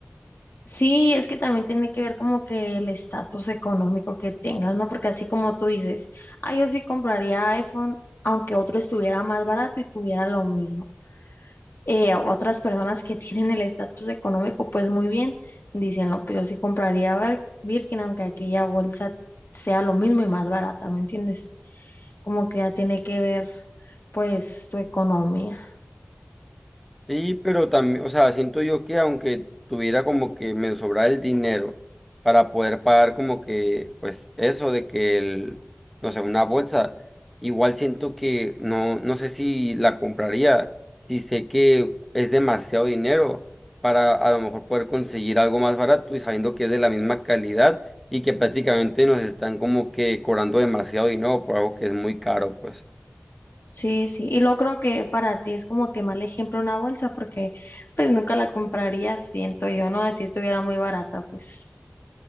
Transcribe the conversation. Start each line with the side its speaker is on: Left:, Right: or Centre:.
Left: Sí, es que también tiene que ver como que el estatus económico que tengas, ¿no? Porque así como tú dices, ah, yo sí compraría iPhone, aunque otro estuviera más barato y tuviera lo mismo. eh, otras personas que <laughs> tienen el estatus económico, pues muy bien, dicen, no, pues yo sí compraría Vir- Birkin, aunque aquella bolsa sea lo mismo y más barata, ¿me entiendes? Como que ya tiene que ver, pues, tu economía.
Centre: Sí, pero también, o sea, siento yo que aunque tuviera como que me sobra el dinero para poder pagar como que, pues eso de que el, no sé, una bolsa, igual siento que no, no sé si la compraría, si sé que es demasiado dinero para a lo mejor poder conseguir algo más barato y sabiendo que es de la misma calidad y que prácticamente nos están como que cobrando demasiado dinero por algo que es muy caro, pues.
Left: Sí, sí, y lo creo que para ti es como que mal ejemplo una bolsa, porque pues nunca la compraría, siento yo, ¿no? Si estuviera muy barata, pues.